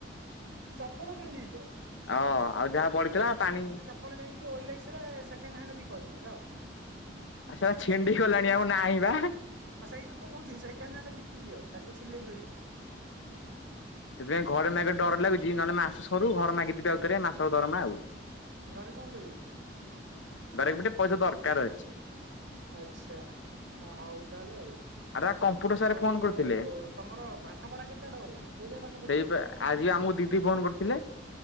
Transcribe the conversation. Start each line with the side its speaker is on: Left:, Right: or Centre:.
Right: ଚପଲ କିଣି ଦେଇଛ।
Left: ଅ ଆଉ ଯାହା ବଢିଥିଲା ପାଣି
Right: ଆପଣ ଯାଇଁକି ଓଲେକ୍ସରେ ସେକଣ୍ଡ ହ୍ୟାଣ୍ଡ୍ ବିିକ ଯାଅ ଯାଅ।
Left: ଆ ସେଟା ଛିଣ୍ଡି ଗଲାଣି ଆଉ ନାହିଁ ବା।
Right: ସୋଇ ଯୋଗୁତ କହୁଚି ସେକେଣ୍ଡ ହାଣ୍ଡେ ବିକିଦିଅ ତାକୁ ସିଲେଇ କରିକି
Left: ସେଥିପାଇଁ ଘରେ ମାଗି ଡର ଲାଗୁଚି ନହେଲେ ମାସରୁ ଘର ମାଗିଥିବି ଆଉଥରେ ମାସ ଦରମା ଆଉ।
Right: ଘରେ କଣ କହିବୁ?
Left: ବାରେ ଗୋଟେ ପଇସା ଦରକାର୍ ଅଛି।
Right: ଆଚ୍ଛା ଆହଉ ତାହେଲେ ଆଉ।
Left: ଆରେ କପ୍ ପୁର ସାର୍
Right: ଆଉ
Left: ଫୋନ୍ କରଥିଲେ
Right: ତମର ପାଠ ପଢା କେତେ ବାଟ ଗଲା କୋଉ ଯାଏ ପାଠ ପଢିଲ
Left: ସେଇପା ଆଜି ଆମକୁ ଦିଦି ଫୋନ୍ କରି ଥିଲେ।